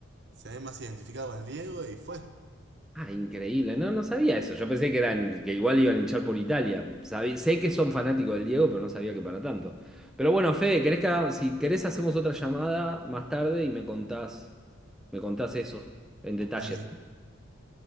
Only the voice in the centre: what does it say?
Ah, increíble. No, no sabía eso. Yo pensé que eran, que igual iban a hinchar por Italia. Sabí- sé que son fanáticos del Diego, pero no sabía que para tanto. Pero bueno, Fede, ¿querés que haga- si querés hacemos otra llamada más tarde y me contás, me contás eso en detalle.